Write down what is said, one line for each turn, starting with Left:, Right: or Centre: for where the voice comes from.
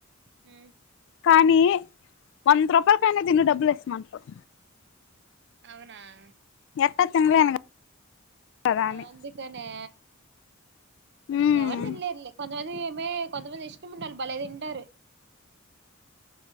Right: హ్మ్
Left: కానీ వంద రూపాయలకైనా తిను డబ్బులు ఇస్తామంటారు
Right: అవునా ఆ
Left: ఎట్టా తినలేను కదా అని
Right: అందుకనేే
Left: ఉమ్
Right: ఎవరు తినలేరులే కొంతమంది ఏమే కొంతమంది ఇష్టమ ఉన్నోళ్లు భలే తింటారు